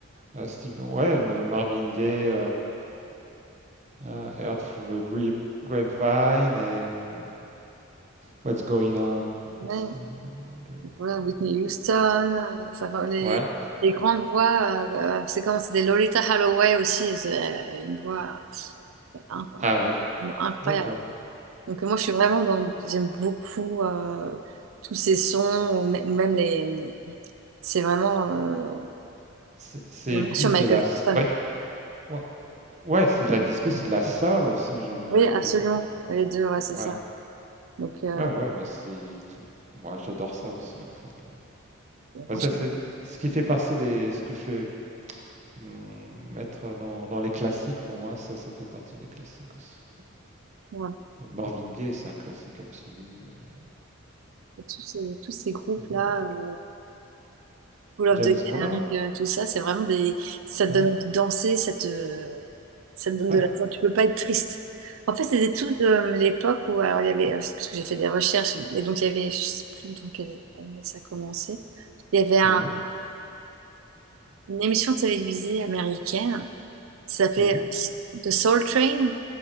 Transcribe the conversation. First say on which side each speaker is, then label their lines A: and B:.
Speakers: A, on the right; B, on the right.
A: Euh, Steve, ouais, me- Marvin Gaye, euh, Earth Through the Grape- Grapevine et hum, What's Going On. What's
B: Ouais.
A: Going On.
B: Ouais, Whitney Houston, euh, ça va, les,
A: Ouais,
B: les grandes voix, euh, euh, c'est comme c'était Lolita Holloway aussi, c'est- elle avait une voix pff, in-
A: ah ouais,
B: incroyable.
A: d'accord.
B: Donc euh, moi je suis vraiment dans, j'aime beaucoup euh, tous ces sons, ou, mê- ou même les, c'est vraiment euh,
A: C'est
B: vraiment
A: plus
B: sur Michael
A: de la.
B: Jackson.
A: Ouais, ouais, ouais c'est de la disco, c'est de la soul aussi, j'ai
B: Oui,
A: j'ai
B: absolument,
A: l'impression que t'aimes beaucoup.
B: les deux, ouais, c'est
A: Ouais,
B: ça. Donc euh,
A: ouais, ouais, mais c'est tout. Moi, j'adore ça aussi, en fait. Ouais.
B: franchement,
A: Bah, ça, c'est ce qui fait partie des. Ce que je fais hum, mettre dans, dans les classiques, pour moi, ça, ça fait partie des classiques aussi.
B: ouais,
A: Euh, Marvin Gaye, c'est un classique absolu. euh,
B: tous ces, tous ces groupes-là.
A: Pour moi.
B: euh, Cool of
A: James
B: the
A: Brown?
B: Gang, euh, tout ça, c'est vraiment des. Ça te
A: Ouais.
B: donne envie de danser, ça te, ça te donne
A: Ouais.
B: de la joie. Tu peux pas être triste. En fait, c'était tout de l'époque où. Alors, il y avait. C'est parce que j'ai fait des recherches, et donc il y avait. Je sais plus dans quelle année ça a commencé. Il y avait un-
A: Ouais.
B: une émission télévisée américaine, ça s'appelait
A: Mhm.
B: The Soul Train,